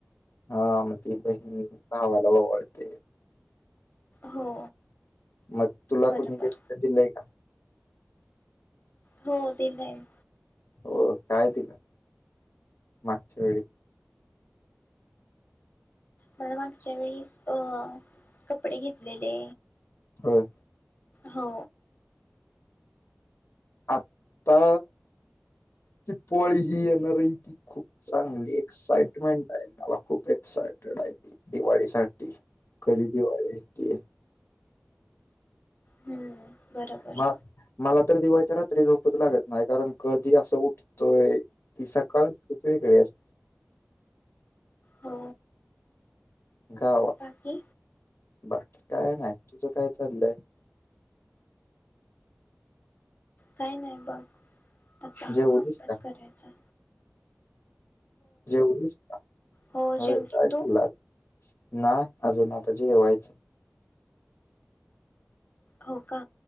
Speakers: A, on the left; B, on the left.
A: हा मग ती बहीण भावाला ओवाळते.
B: हो
A: मग तुला
B: बरोबर
A: कुणी गिफ्ट दिलय का?
B: हो दिलंय.
A: हो काय दिलं मागच्या वेळी
B: मला मागच्या वेळीस अ कपडे घेतलेले
A: होय.
B: हो
A: आत्ता दीपावळी ही येणार आहे ती खूप चांगली एक्साइटमेंट आहे मला खूप एक्सायटेड आहे ती दिवाळीसाठी कधी दिवाळी येतीये
B: हम्म बरोबर
A: म मला तर दिवाळी च्या रात्री झोपच लागत नाही कारण कधी असं उठतोय ती सकाळच खूप वेगळी अस
B: हो
A: गावा
B: बाकी
A: बाकी काय नाही तुझं काय चाललंय
B: काही नाही बघ आता
A: जेवलीस
B: अभ्यास
A: का
B: करायचाय
A: जेवलीस का
B: हो
A: होय
B: जेवली
A: काय खांल्ल
B: तू
A: आज नाय अजून आता जेवायचं
B: हो का